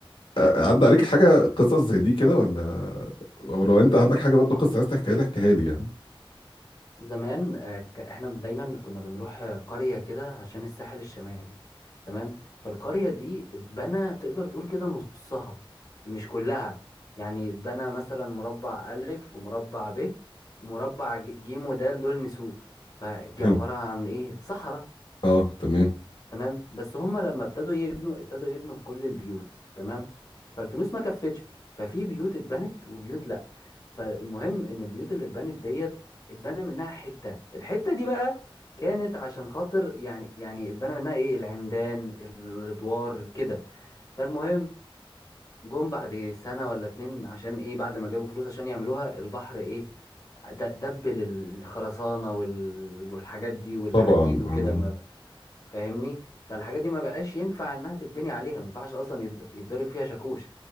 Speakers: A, on the left; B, on the left.
A: آه، عدى عليك حاجه قصص زي دي كده ولا ولو انت عندك حاجه برضه قصه عايز تحكيها لي احكيها لي يعني
B: زمان آه، ك- احنا دايما كنا بنروح آه، قريه كده عشان الساحل الشمالي تمام فالقريه دي اتبنى تقدر تقول كده نصها مش كلها يعني اتبنى مثلا مربع الف ومربع ب ومربع ج- جيم ودال دول نسوه فدي
A: حلو
B: عباره عن ايه صحراء
A: اه تمام
B: تمام بس هما لما ابتدوا يبنوا ابتدوا يبنوا في كل البيوت تمام فالفلوس ما كفتش ففي بيوت اتبنت وبيوت لا فالمهم ان البيوت اللي اتبنت ديت اتبنى منها حتة الحتة دي بقى كانت عشان خاطر يعني يعني اتبنى منها ايه العمدان الادوار كده فالمهم جم بعد سنة ولا اتنين عشان ايه بعد ما جابوا فلوس عشان يعملوها البحر ايه د- دبل الخرسانة وال- والحاجات دي والحديد
A: طبعا
B: وكده
A: آه،
B: ما فاهمني فالحاجات دي ما بقاش ينفع انها تتبني عليها ما ينفعش اصلا يتض- يتضرب فيها شاكوش